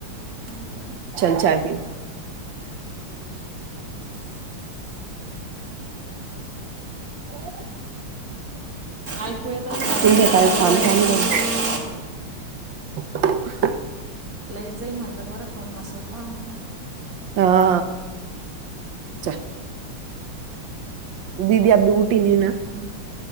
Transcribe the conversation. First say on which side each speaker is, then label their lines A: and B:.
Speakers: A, on the right (about 40°); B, on the right (about 65°).
A: बर
B: चल चाय पी. अ <inaudible>
A: ऐकू येत असणार
B: तुमचं काय काम चालू आहे
A: <unintelligible>
B: <inaudible>
A: लाईट जाईल म्हणलं परत. थोडं मसाल काढून घ्या
B: हा चाय दीदी अभी उठेगी ना
A: हम <inaudible>